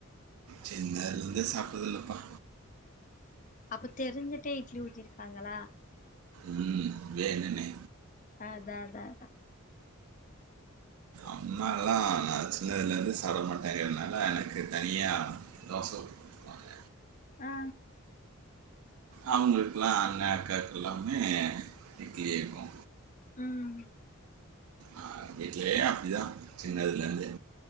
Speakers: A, on the right (about 80°); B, on the left (about 35°).
A: சின்னலருந்த சாப்படறதில்ல பா
B: அப்ப தெரிஞ்சுட்டே இட்லி ஊட்டிருக்காங்களா
A: ம் வேனேன்னே
B: அ தா தா அதா
A: அம்மால்லா நா சின்னதுலருந்து சாப்டமாட்டேங்கனால எனக்கு தனியா தோச ஊத்தி கொடுப்பாங்க
B: ஆ
A: அவுங்ளுக்கெல்லா அண்ண கேக் லம்மே திட்டி ஏக்கோ
B: ம்
A: ஆ வீட்லயே அப்டிதா சின்னதுல இருந்தே